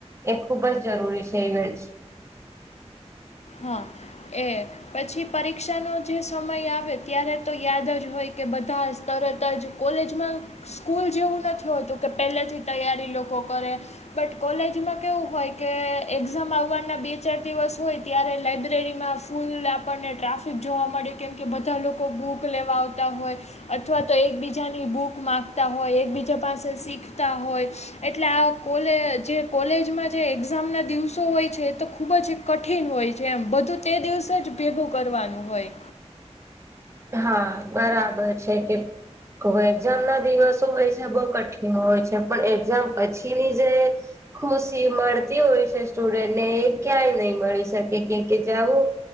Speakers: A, on the right; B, on the left.
A: એ ખુબ જ જરૂરી છે ઇવેન્ટ.
B: હા એ પછી પરીક્ષાનો જે સમય આવે ત્યારે તો યાદ જ હોય કે બધા તરત જ કોલેજમાં સ્કૂલ જેવું નથી હોતું કે પહેલાથી તૈયારી લોકો કરે બટ કોલેજમાં કેવું હોય કે એક્ઝામ આવવાના બે ચાર દિવસ હોય ત્યારે લાઇબ્રેરીમાં ફૂલ આપણને ટ્રાફિક જોવા મળે કેમ કે બધા લોકો બુક લેવા આવતા હોય અથવા તો એકબીજાની બુક માંગતા હોય એકબીજા પાસે શીખતા હોય. એટલે આ કોલે જે કોલેજમાં જે એક્ઝામના દિવસો હોય છે એ તો ખૂબજ કટ કઠિન હોય છે એમ બધું તે દિવસે જ ભેગું કરવાનું હોય.
A: હા બરાબર છે કે એક્ઝામ ના દિવસો હોય છે બહ કઠિન હોય છે પણ એક્ઝામ પછીની જે ખુશી મળતી હોય છે સ્ટુડન્ટને એ ક્યાંય નહી મળી શકે કે કે જવું